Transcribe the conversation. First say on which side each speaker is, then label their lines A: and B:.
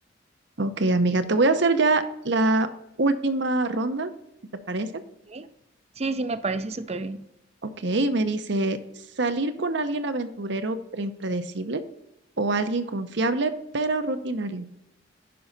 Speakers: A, on the right; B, on the right.
A: Ok, amiga, te voy a hacer ya la última ronda, si te parece.
B: Sí, sí, sí, me parece súper bien.
A: Ok, me dice, salir con alguien aventurero pero impredecible o alguien confiable pero rutinario.